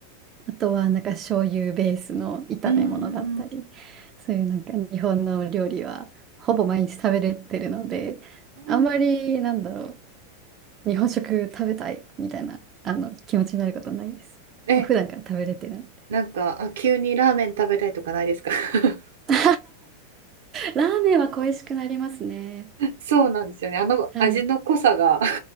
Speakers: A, on the right; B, on the right.
A: あとはなんか醤油ベースの炒め物だったり、
B: うんう
A: そういうなんか日本の料理はほぼ毎日食べれてるので、
B: ーん。
A: あんまりなんだろう、日本食食べたいみたいなあの気持ちになることはないです。
B: え、
A: もう普段から食べれてるので。
B: なんか、あ、急にラーメン食べたいとかないですか <laughs>
A: <laughs> ラーメンは恋しくなりますね。
B: そうなんですよね。あの味の濃さが。
A: はい。